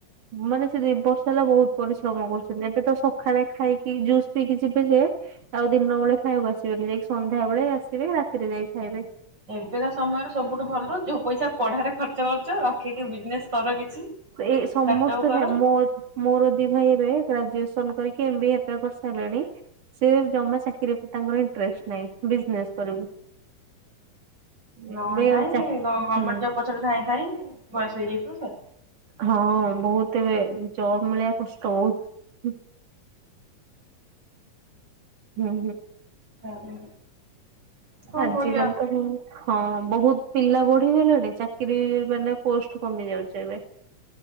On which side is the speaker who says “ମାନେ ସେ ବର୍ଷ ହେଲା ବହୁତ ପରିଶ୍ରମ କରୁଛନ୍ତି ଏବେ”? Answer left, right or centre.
Right